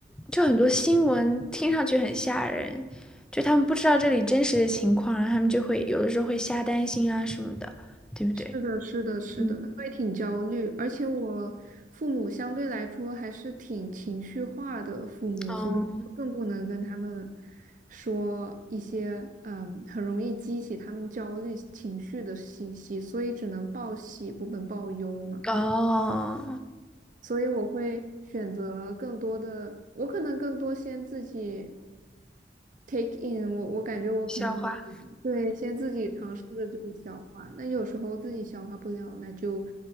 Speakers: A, in the centre; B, on the right (about 45°).
A: 就很多新闻听上去很吓人，就他们不知道这里真实的情况，然后他们就会有的时候会瞎担心啊什么的，对不对？
B: 是的，是的，是的，
A: 嗯，
B: 会挺焦虑，而且我父母相对来说还是挺情绪化的父母，
A: 哦
B: 所以更不能跟他们说一些嗯很容易激起他们焦虑情绪的信息，所以只能报喜不能报忧嘛。
A: 哦，
B: 所以我会选择更多的，我可能更多先自己。take in，我我感觉我可能会
A: 笑话。
B: 对先自己尝试着自己消化，那有时候自己消化不了，那就